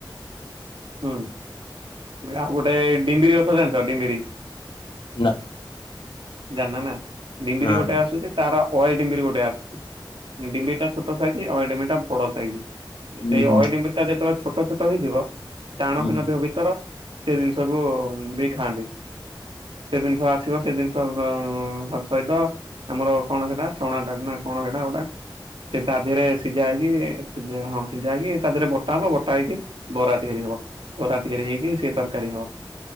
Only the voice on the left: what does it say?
ନା।
ନା
ନା
ହୁଁ
ହୁଁ
ହୁଁ।